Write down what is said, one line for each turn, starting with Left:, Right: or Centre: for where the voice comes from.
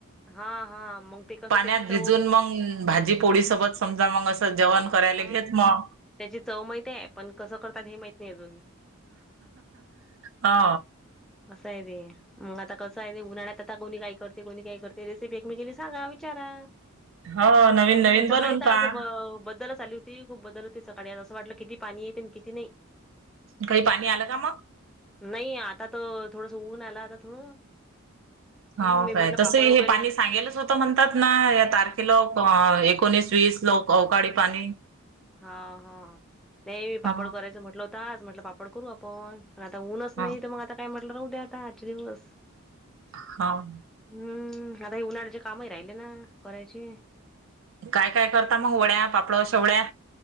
Centre: हा हा मग ते कसं
Right: पाण्यात
Centre: त्याची चव
Right: भिजून मग भाजी पोळी सोबत समजा मग असं जेवण करायला
Centre: हा
Right: घेत मग
Centre: त्याची चव माहित आहे. पण, कसं करतात हे माहित नाही अजून.
Right: हो
Centre: असं आहे ते. मग आता कसं आहे ते उन्हाळ्यात आता कोणी काही करते कोणी काय करते ते रेसिपी एकमेकीला सांगा विचारा
Right: हो नवीन
Centre: हम्म
Right: नवीन बनवून
Centre: सकाळी तर आज
Right: पहा.
Centre: बद्दलच आली होती. ती खूप बदल होते सकाळी असं वाटलं किती पाणी येते आणि किती नाही.
Right: काही पाणी आलं का मग?
Centre: नाई आता तर थोडसं ऊन आला आता थोडं हं,
Right: हो
Centre: मी
Right: काय
Centre: म्हटलं
Right: तस
Centre: पापड
Right: हे
Centre: वगैरे
Right: पाणी सांगेलच होत तो म्हणतात ना या तारखेला लोक एकोणीस वीस लोक अवकाळी पाणी.
Centre: हा हा ते
Right: हा
Centre: पापड करायचं म्हटलं होत आज म्हटलं पापड करू आपण. आता ऊनच
Right: हा
Centre: नाही तर मग आता काय म्हटलं राहू द्या आता आजच्या दिवस
Right: हाऊ
Centre: हम्म आता हे उन्हाळ्याचे कामही राहिले ना करायचे.
Right: काय करता मग वड्या पापड शेवळ्या.